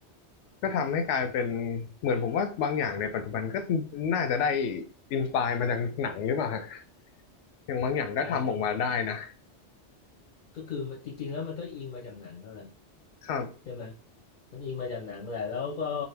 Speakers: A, on the left; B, on the left.
A: ก็ทำให้กลายเป็นเหมือนผมว่าบางอย่างในปัจจุบันก็น่าจะได้อินสปายมาจากหนังหรือเปล่าฮะอย่างบางอย่างก็ทำออกมาได้นะ
B: เออ ก็คือมันจริงๆแล้วมันก็อิงมาจากหนังก็แหละ
A: ครับ
B: ใช่ไหมมันอิงมาจากหนังแหละแล้วก็